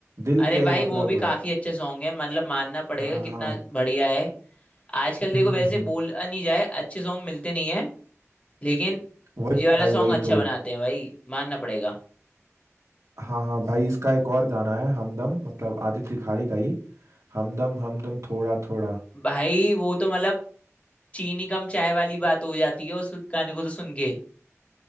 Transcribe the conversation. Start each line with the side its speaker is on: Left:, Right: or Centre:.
Right: दिल
Left: अरे
Right: के
Left: भाई
Right: मतलब
Left: वो भी काफी अच्छा सॉन्ग है मतलब मानना पड़ेगा
Right: हाँ
Left: कितना
Right: हाँ
Left: बढ़िया है आजकल
Right: हम्म
Left: देखो
Right: हम्म
Left: वैसे
Right: हम्म
Left: बोल नहीं जाए अच्छे सॉन्ग मिलते नहीं है लेकिन
Right: वही
Left: ये
Right: तो
Left: वाला
Right: भाई
Left: सॉन्ग
Right: वही
Left: अच्छा
Right: तो
Left: बनाते हैं भाई मानना पड़ेगा
Right: हाँ हाँ भाई इसका एक और गाना है हमदम मतलब आदित्य रिखारी का ही हमदम हमदम थोड़ा थोड़ा
Left: भाई वो तो मतलब चीनी कम चाय वाली बात हो जाती है उस गाने को तो सुन के